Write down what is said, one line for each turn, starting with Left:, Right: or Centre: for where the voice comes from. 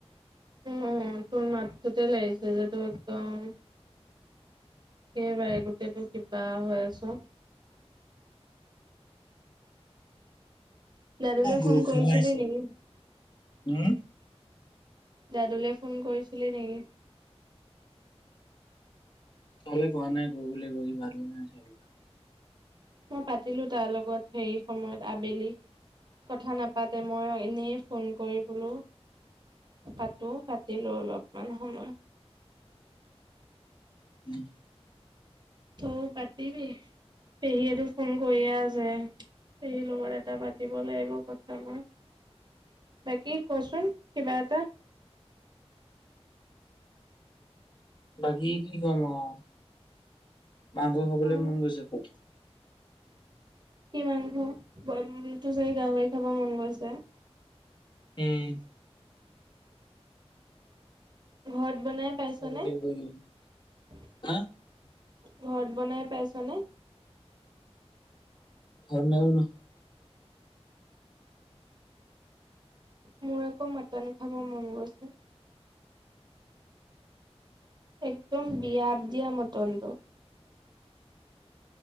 Right: উম, তোৰ মাতটোতে লাগিছে যে তোৰ একদম সেইবাই গোটেইটো কিবা হৈ আছো। দাদুলৈ
Left: মোৰ গৰু
Right: ফোন
Left: ঘিণ
Right: কৰিছিলি
Left: আহিছে
Right: নেকি?
Left: উম।
Right: দাদুলৈ ফোন কৰিছিলি নেকি?
Left: তলে কোৱা নাই গৈ বুলি <unintelligible>
Right: মই পাতিলো তাৰ লগত সেই সময়ত আবেলি। কথা নাপাতে, মই এনেই ফোন কৰি বোলো পাতো, পাতিলো অলপমান সময়।
Left: উম।
Right: উম পাতিবি, পেহীয়েতো ফোন কৰিয়ে আছে পেহী লগত এটা পাতিব লাগিব কথা মই বাকী কচোন কিবা এটা
Left: বাকী, কি কম আহ মাংস খাবলৈ
Right: অ',
Left: মন গৈছে খুব।
Right: কি মাংস, তোৰ চাগে গাহৰি খাব মন গৈছে?
Left: উম।
Right: ঘৰত বনাই পাইছনে?
Left: খাব লাগিব এইকেইদিন।
Right: ঘৰত
Left: হা
Right: বনাই পাইছা নে?
Left: ঘৰত নাইবনুৱা।
Right: মোৰ আকৌ মাটন খাব মন গৈছে একদম বিয়াত দিয়া মৰ্টন এইতো